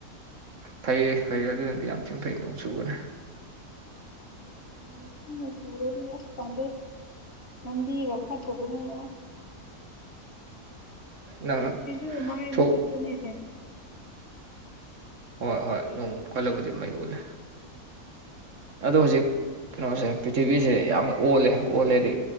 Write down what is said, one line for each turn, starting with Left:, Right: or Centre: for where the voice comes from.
Right: ꯐꯩꯌꯦ ꯐꯩꯌꯦ ꯑꯗꯨꯅꯗꯤ ꯌꯥꯝ ꯊꯤꯟ ꯊꯩꯗꯣꯡ ꯁꯨꯕꯅꯦ
Left: ꯃꯀꯅ ꯁꯨꯔꯦ ꯇꯦ ꯂꯕꯤꯒ ꯐꯠꯇꯕꯨꯅꯤꯑꯣ
Right: ꯅꯪ
Left: ꯖꯨ ꯃꯥꯥꯏ
Right: ꯊꯣꯛ
Left: ꯃꯄꯅꯦ
Right: ꯍꯣꯏ ꯍꯣꯏ ꯅꯣꯡ ꯀꯜꯂꯕꯨꯗꯤ ꯃꯩ ꯎꯨꯠꯂꯦ ꯑꯗꯣ ꯍꯧꯖꯤꯛ ꯀꯩꯅꯣꯁꯦ ꯄ꯭ꯔꯤꯊꯤꯕꯤꯁꯦ ꯌꯥꯝ ꯑꯣꯜꯂꯦ ꯑꯣꯜꯂꯦꯗꯤ